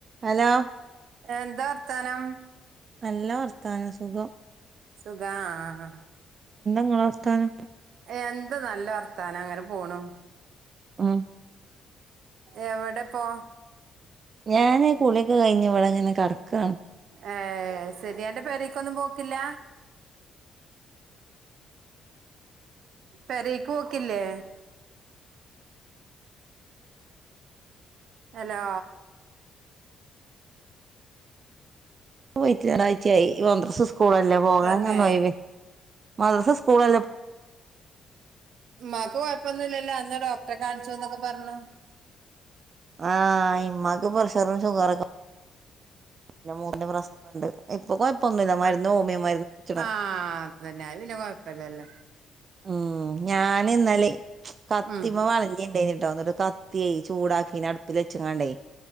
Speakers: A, on the right; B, on the right.
A: Hello
B: എന്താ വർത്താനം
A: നല്ല വർത്താനം സുഖം
B: സുഖാ ആഹ്
A: <unintelligible> വർത്താനൊക്കെ
B: എന്താ നല്ല വർത്താനം അങ്ങനെ പോണു.
A: ഉം
B: എവടെ പോ?
A: ഞാന് കുള്യൊക്കെ കഴിഞ്ഞ് ഇവടെങ്ങനെ കടക്കാണ്.
B: ഏഹ് അത് സെരി അന്റെ പേരേക്കൊന്നും പോക്കില്ല. പെരേക്കോക്കില്ലേ? അലോ
A: പോയിട്ട് ഒരാഴ്ച്ചായി മദ്രസ് സ്കൂളല്ലേ പോകാനൊന്നൊയ്
B: തന്നെ
A: വി മദ്രസ് സ്കൂളല്ലേ
B: ഇമ്മാക്ക് കൊയപ്പൊന്നുല്ലല്ലോ അന്ന് ഡോക്ടറെ കാൺച്ചുന്നൊക്കെ പർഞ്ഞു.
A: ആഹ് ഇമ്മാക്ക് പ്രഷറും ഷുഗറൊക്കെ പിന്നെ മൂ <unintelligible> ൻ്റെ പ്രശ്‌നൊക്കെണ്ട് ഇപ്പൊ കൊഴപ്പൊന്നുല്ല മര്ന്ന്
B: ആഹ്
A: ഓമിയ മര്ന്ന് ച്ച്ണ്.
B: ആഹ് അതന്നെ അത് പിന്നെ കുഴപ്പല്ലല്ലോ
A: ഉം ഞാനിന്നെലെ കത്തിമ്മേ
B: ഉം
A: വളഞ്ഞിണ്ടെനി ട്ടൊ ന്നട്ട് കത്ത്യെ ചൂടാക്കിന്ന് അട്പ്പ്ല് വെച്ച്ങ്ങാണ്ടേ